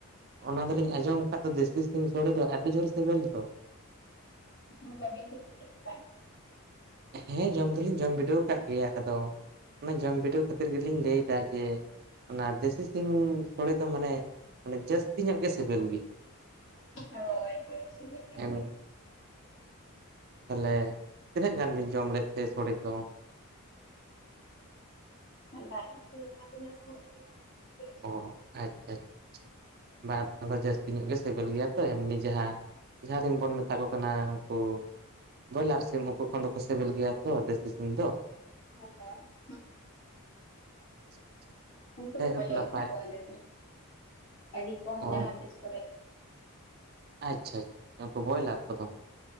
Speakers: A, on the right; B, on the left.
A: ᱚᱱᱟ ᱫᱚᱞᱤᱧ ᱟᱸᱡᱚᱢ ᱟᱠᱟᱫ ᱫᱚ ᱫᱮᱥᱤ ᱥᱤᱢ ᱥᱚᱲᱮ ᱫᱚ ᱟᱹᱰᱤ ᱡᱳᱨ ᱥᱮᱵᱤᱞ ᱫᱚ
B: ᱦᱩᱸ ᱵᱟᱵᱤᱱ ᱡᱚᱢ ᱵᱤᱰᱟᱹᱣ ᱟᱠᱟᱫ ᱜᱮᱭᱟ
A: ᱦᱮᱸ ᱡᱚᱢ ᱫᱚᱞᱤᱧ ᱡᱚᱢ ᱵᱤᱰᱟᱹᱣ ᱟᱠᱟᱫ ᱜᱮᱭᱟ ᱟᱫᱚ, ᱚᱱᱟ ᱡᱚᱢ ᱵᱤᱰᱟᱹᱣ ᱠᱷᱟᱹᱛᱤᱨ ᱜᱮ ᱞᱤᱧ ᱞᱟᱹᱭ ᱮᱫᱟ ᱡᱮ ᱚᱱᱟ ᱫᱮᱥᱤ ᱥᱤᱢ ᱥᱚᱲᱮ ᱫᱚ ᱢᱟᱱᱮ ᱡᱟᱹᱥᱛᱤ ᱧᱚᱜ ᱜᱮ ᱥᱮᱵᱤᱞ ᱜᱮ
B: ᱦᱳᱭ ᱦᱳᱭ ᱥᱮᱵᱤᱞ ᱧᱚᱜᱽ
A: <unintelligible> ᱛᱟᱦᱚᱞᱮ ᱛᱤᱱᱟᱹᱜ ᱜᱟᱱ ᱵᱤᱱ ᱡᱚᱢ ᱞᱮᱫ ᱛᱮ ᱥᱚᱲᱮ ᱫᱚ
B: ᱞᱟᱡ ᱠᱚᱨᱮ ᱡᱟᱦᱟᱸ ᱛᱤᱱᱟᱹᱜ ᱥᱟᱦᱚᱵ ᱟᱠᱟᱱᱟ ᱩᱱᱟᱹᱜ ᱜᱮ
A: ᱚ ᱟᱪᱪᱷᱟ ᱟᱪᱪᱷᱟ ᱵᱟᱝ ᱟᱫᱚ ᱡᱟᱹᱥᱛᱤ ᱧᱚᱜ ᱜᱮ ᱥᱮᱵᱤᱞ ᱜᱮᱭᱟ ᱛᱚ ᱮᱢᱱᱤ ᱡᱟᱦᱟᱸ ᱡᱟᱦᱟᱸ ᱥᱤᱢ ᱵᱚᱱ ᱢᱮᱛᱟ ᱠᱚ ᱠᱟᱱᱟ ᱦᱟᱹᱱᱠᱩ ᱵᱚᱭᱞᱟᱨ ᱥᱤᱢ ᱩᱱᱠᱩ ᱠᱷᱚᱱ ᱫᱚᱠᱚ ᱥᱤᱵᱤᱞ ᱜᱮᱭᱟ ᱛᱚ ᱫᱮᱥᱤ ᱥᱤᱢ ᱫᱚ
B: <unintelligible>
A: ᱟᱪᱪᱷᱟ
B: ᱩᱱᱠᱩ
A: ᱡᱟᱭᱦᱳᱠ
B: ᱫᱚ ᱵᱟᱞᱮ
A: ᱱᱟᱯᱟᱭ
B: ᱟᱹᱜᱩ ᱠᱚᱣᱟ ᱟᱞᱮ ᱫᱚ ᱟᱹᱰᱤ ᱠᱚᱢ
A: ᱚ
B: ᱡᱟᱦᱟᱸ ᱛᱤᱥ ᱠᱚᱨᱮ
A: ᱟᱪᱪᱷᱟ ᱟᱪᱪᱷᱟ ᱩᱱᱠᱩ ᱵᱚᱭᱞᱟᱨ ᱠᱚᱫᱚ